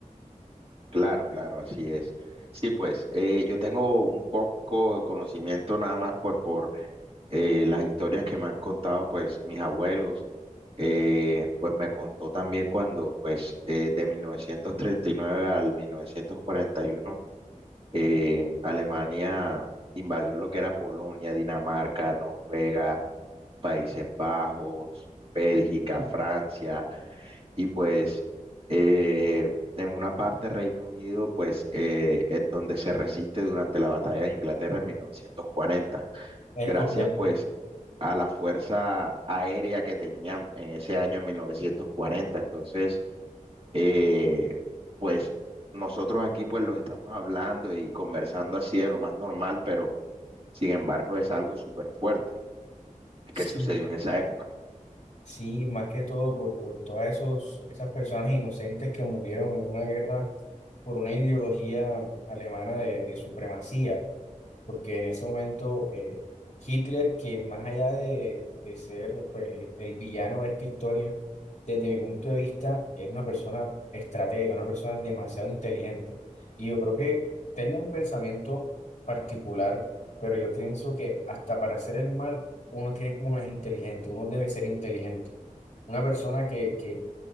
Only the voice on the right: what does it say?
Claro, claro, así es. Sí, pues eh, yo tengo un poco de conocimiento nada más pues por eh, las historias que me han contado pues mis abuelos, Eh, pues me contó también cuando pues eh, de 1939 al 1941 eh, Alemania invadió lo que era Polonia, Dinamarca, Noruega, Países Bajos, Bélgica, Francia y pues eh, en una parte Reino Unido pues eh, es donde se resiste durante la batalla de Inglaterra en 1940,
gracias
pues a la fuerza aérea que tenían en ese año en 1940. Entonces, eh, pues nosotros aquí pues los estamos hablando y conversando así de lo más normal, pero sin embargo es algo súper fuerte
que sucedió en esa época.